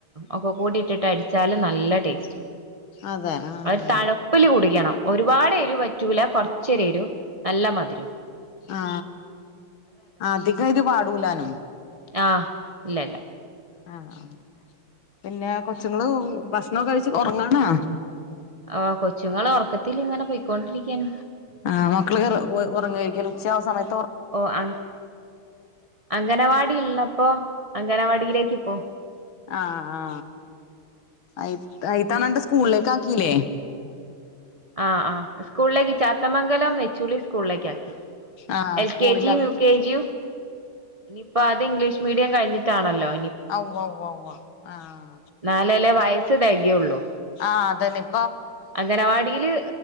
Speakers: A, on the right; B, on the left.
A: ഒക്കെ കൂടിട്ട് ട്ട് അടി ച്ചാല് നല്ല ടേസ്റ്റാ
B: അതെ ആഹ്
A: അത് തണുപ്പ്ല് കുടിക്കണം ഒരുപാടെരു പറ്റൂല കൊറച്ചൊരെരു നല്ല മധുരും
B: ആ അതികെരു പാടൂലാനും
A: ആ ഇല്ലല്ല
B: ആ ആ പിന്നെ കൊച്ചുങ്ങള് ഭക്ഷണംക്കെ കഴിച്ച് ഉറങ്ങാണോ
A: ആ കൊച്ചുങ്ങളെ ഉറക്കത്തില് ഇങ്ങനെ പൊയ്കൊണ്ടിരി എൻ
B: ആ മക്കള് റ ഉറ ഉ ഉറങ്ങായിരിക്കും ഉച്ച ആവുന്ന സമയ
A: ഓ അം അംഗനവാടി ടിള്ളപ്പോ അംഗനവാടീലേക്ക് പോം
B: ആ ആ അയിത്ത അയിത്തണണ്ട് സ്കൂളിലേക്ക് ആ ഇല്ലേ
A: ആ ആ സ്കൂളിലേക്ക് ചാത്തമംഗലം നെച്ചൂളി സ്കൂളിലേക്ക് ആക്കി
B: ആഹ്
A: എൽ
B: സ്കൂളിലാക്കി
A: കെ ജിയും യു കെ ജിയും ഇനിയിപ്പോ അത് ഇംഗ്ലീഷ് മീഡിയം കഴിഞ്ഞിട്ടാണല്ലോ
B: ഔഔ ഔആ ആഹ്
A: ന്നാലല്ലേ വയസ് സ് തെകയൊള്ളൂ
B: ആഹ് അതന്നിം
A: അംഗനവാടില്